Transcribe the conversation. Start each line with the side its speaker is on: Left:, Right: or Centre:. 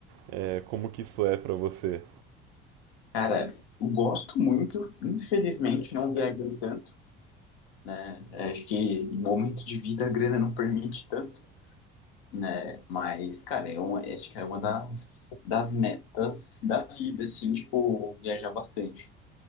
Right: é, como que isso é pra você?
Left: Cara, eu gosto muito, infelizmente não viajei tanto, né? É, Acho que no momento de vida a grana não permite tanto, né? Mas, cara, é uma, acho que é uma das, das metas da vida, assim, tipo, viajar bastante. O